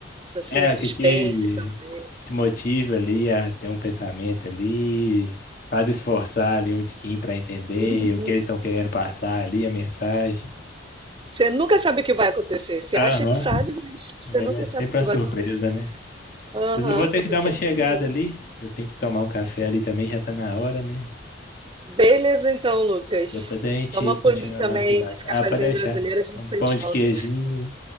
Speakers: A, on the right; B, on the left.
A: Assim,
B: É,
A: o suspense
B: o que te,
A: também.
B: te motiva ali a ter um pensamento ali, faz esforçar ali um tiquinho para entender
A: Uhum.
B: o que eles estão querendo passar ali, a mensagem.
A: Você nunca sabe o que vai acontecer. Você
B: Aham,
A: acha que sabe, mas você
B: mas
A: nunca
B: é sempre
A: sabe o que
B: uma surpresa,
A: vai acontecer.
B: né?
A: Aham,
B: Mas eu vou
A: acabou
B: ter que dar
A: sendo
B: uma chegada
A: curioso.
B: ali, eu tenho que tomar um café ali também, já tá na hora, né?
A: Beleza, então, Lucas.
B: Depois a gente
A: Toma
B: continua
A: por mim também
B: o nosso debate.
A: esse cafezinho
B: Ah, pode deixar.
A: brasileiro, a gente
B: Um pão
A: sente
B: de
A: falta.
B: queijinho,